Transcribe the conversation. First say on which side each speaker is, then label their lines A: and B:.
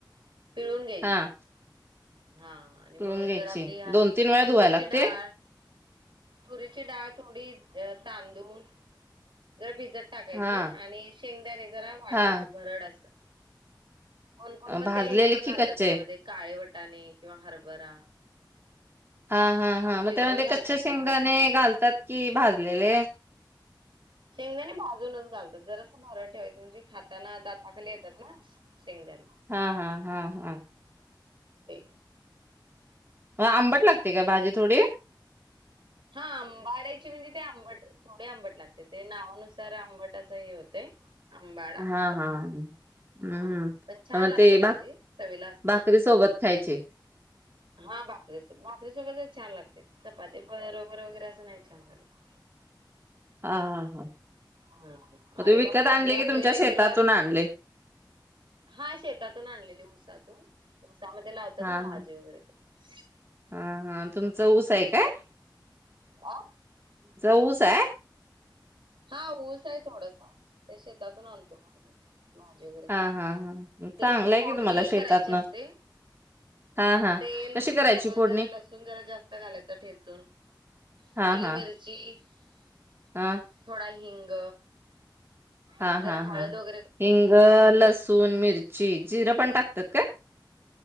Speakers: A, on the right (about 80°); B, on the right (about 30°).
A: पिळून घ्यायची.
B: हा
A: हा आणि
B: पिळून
A: मग
B: घ्यायची
A: जर आपली ह
B: दोन तीन वेळा
A: तुरीची
B: धुवायला लागते
A: डाळ तुरीची डाळ थोडी तांदूळ जर भिजत टाकायचे
B: हा
A: आणि शेंगदाने जरा वाटायचे
B: हा
A: भरड अस कोणकोण म
B: भाजलेले
A: ते हे पण
B: की
A: घालतात
B: कच्चे
A: त्यामध्ये काळे वट वटाने किंवा हरभरा
B: हा हा हा मग
A: शिजवून
B: त्यामध्ये
A: घालतात
B: कच्छ शेंगदाणे
A: त्या भाजीमध्ये
B: घालतात कि भाजलेले?
A: शेंगदाने भाजूनच घालतात जर असं भोर ठेवायचं म्हणजे खाताना दाताखाली येतात ना. शेंगदाणे
B: हा हा हा हा
A: हे
B: म आंबट लागते का भाजी थोडी?
A: हा आंबाडायची म्हणजे ते आंबट थोडे आंबट लागते ते नावानुसार आंबट असं हे होतं अंबाडा
B: हा
A: अस
B: हा हम्म
A: हा पन छान
B: मग
A: लागते
B: ते
A: भाजी
B: भा
A: चवीला असते.
B: भाकरी सोबत खायचे.
A: हा भाकरीच भाकरी सोबतच छान लागते चपाती बरोबर वगैरे असं नाही छान लागत
B: हा हा हा
A: हा
B: म
A: आणि
B: ते विकत
A: मग फोडणी
B: आणली
A: आपली
B: की तुमच्या
A: रेग्युलर
B: शेतातून आणली?
A: हा शेतातून आणलेली ऊसातून त्यामध्ये लावतात
B: हा
A: ना भाजी
B: हा.
A: वगैरे. <inaudible>
B: हा हा तुमचं ऊस आहे काय?
A: हा.
B: ऊस आहे
A: हा ऊस आहे थोडसा ते शेतातून आणतो मग भाजी वगैरे
B: हा
A: काय लागते
B: हा हा.
A: ते
B: चांगलं
A: कस फोडणी
B: आहे की तुम्हाला शेतातनं
A: करायची असते
B: हा हा
A: तेल
B: कशी करायची
A: म
B: फोडणी
A: जरा लसुण जरा जास्त घालायचं ठेचून
B: हा
A: ओली
B: हा
A: मिरची <inaudible>
B: हा
A: थोडा हिंग आणि
B: हा
A: जरा
B: हा
A: हळद
B: हा
A: वगैरे
B: हिंग, लसूण, मिरची, जिरं पण टाकतात काय